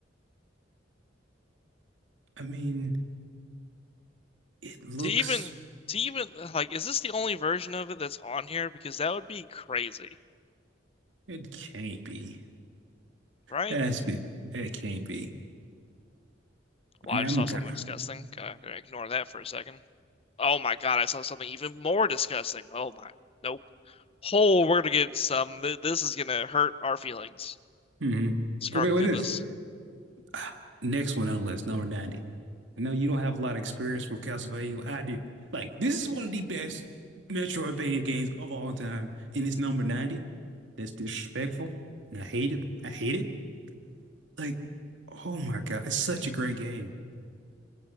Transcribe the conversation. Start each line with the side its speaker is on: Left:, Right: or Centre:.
Right: I mean, it looks,
Left: To even to even like, is this the only version of it that's on here? Because that would be crazy,
Right: it can't be.
Left: right?
Right: That's be, that can't be.
Left: Well,
Right: I mean,
Left: I
Right: I'm
Left: just saw
Right: kind
Left: something disgusting. Gotta, gotta ignore that for a second. Oh my God, I saw something even more disgusting. Oh my, nope. Oh, we're gonna get some. This is gonna hurt our feelings.
Right: hmm.
Left: scrolling
Right: Okay, with
Left: through
Right: this.
Left: this.
Right: Ah, Next one on the list, number 90. I know you don't have a lot of experience with Castlevania. I do. Like, this is one of the best Metroidvania games of all time, and it's number 90. That's disrespectful, and I hate it. I hate it. Like, oh my God, it's such a great game.